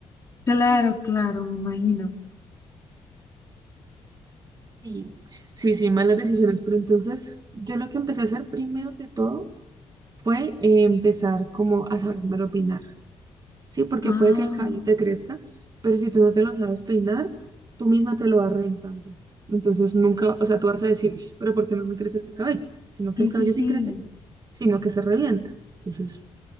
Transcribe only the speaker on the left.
claro,
claro, me imagino.
Ah,
sí,
sí, sí.